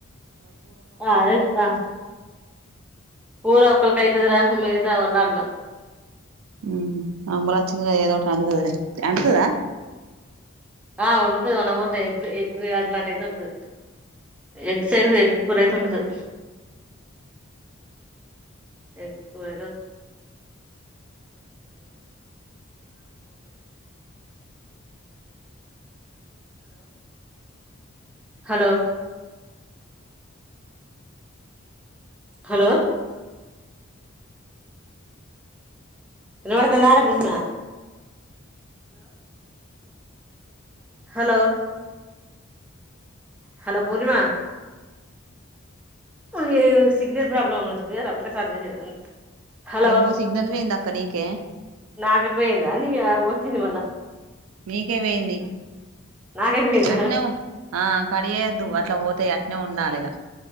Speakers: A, in the centre; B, on the right.
A: ఆ అది తా కూర ఒక్కళ్ళకైతుదిరా మిగతా వండాలి మరి
B: ఊహూ అమరా అచ్చింది గా ఏదోకటి అండుతదిలే అండుతదా
A: ఆ వండుతది వండమంటే ఎగ్గు అట్లాంటియితే ఉండదు ఎగ్ సైజ్ ఎగ్ కూరైతే అండుతది హలో హలో హలో వినపడుతుందా రా పూర్మ హలో హలో పూర్ణిమా ఇదేదో సిగ్నల్ ప్రాబ్లమ్ ఉన్నట్టుందిగా రప్టే సారి <unintelligible> హలో
B: ఏమో సిగ్నల్ పోయింది అక్క నీకే
A: నాగబోయిందా నీక <unintelligible> వచ్చింది ఇవళ్ళా
B: మీకే మయింది
A: నాకే పోయిందా
B: అట్నే ఆ కడిగేయోద్దు అట్లా పోతాయి అట్ ట్నే ఉండాలిగా